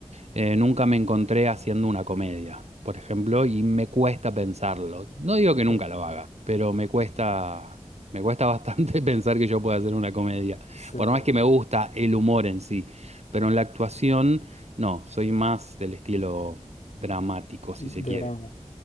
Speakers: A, on the right; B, on the left.
A: Eh, nunca me encontré haciendo una comedia, por ejemplo, y me cuesta pensarlo. No digo que nunca
B: claro.
A: lo haga, pero me cuesta, me cuesta bastante <laughs> pensar que yo pueda hacer una comedia.
B: sí,
A: Por más que me gusta el humor en sí, pero en la actuación, no, soy más del estilo dramático, si
B: de
A: se quiere.
B: drama.